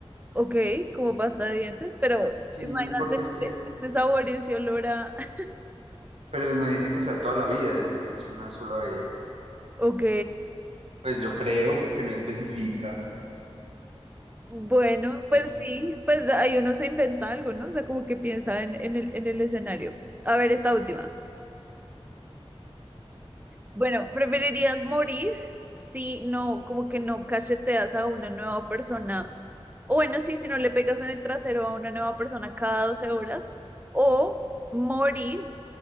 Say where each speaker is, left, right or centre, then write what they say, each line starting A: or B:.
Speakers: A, on the right (about 15°); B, on the right (about 80°).
A: Porque, ok, como pasta de dientes, pero
B: Sí,
A: imagínate
B: porque es que,
A: ese sabor y ese olor a... <laughs>
B: pero no dice que sea toda la vida, dice que es una sola vez.
A: Ok,
B: Pues yo creo porque no especifica.
A: bueno, pues
B: Mm.
A: sí, pues ahí uno se inventa algo, ¿no? O sea, como que piensa en, en el, en el escenario. A ver, esta última. Bueno, ¿preferirías morir si no, como que no cacheteas a una nueva persona? O bueno, sí, si no le pegas en el trasero a una nueva persona cada 12 horas. O morir